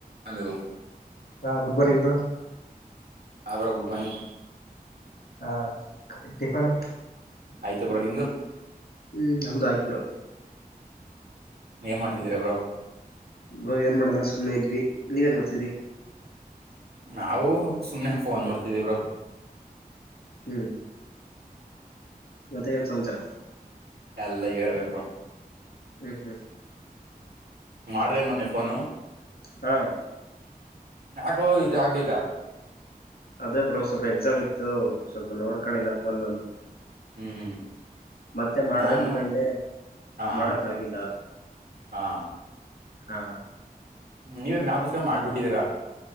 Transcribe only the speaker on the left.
ಹಾ ಗುಡ್ ಮಾರ್ರ್ನಿಂಗ್ ಬೋ
ಹಾ ಟಿಫನ್
ಹ್ಮ್ ನಮ್ದು ಆಯ್ತ್ ಬ್ರೋ
ಬ ಏನ್ ಮಾಡೋ ಸುಮ್ಮನೆ ಇದ್ವಿ ನೀವಏನ್ ಮಾಡ್ತೀರಿ
ಹ್ಮ್ <unintelligible> ಮತ್ತ್ ಏನ ಸಮಾಚಾರ
ಹ್ಮ್ ಹ್ಮ್
ಹಾ
ಅದೇ ಬ್ರೋ ಸ್ವಲ್ಪ ಎಕ್ಸಾಮ್ ಇತ್ತು ಸ್ವಲ್ಪ ನೋಡ್ಕೊಂಡಿಲ್ಲಫಂದನ್ನು
ಮತ್ತೆ ಮಾಡದ
ಅನ್ಕೊಂಡೆ
ಮಾಡಕ್ ಗಿಿಲ್ಲ
ಹಾ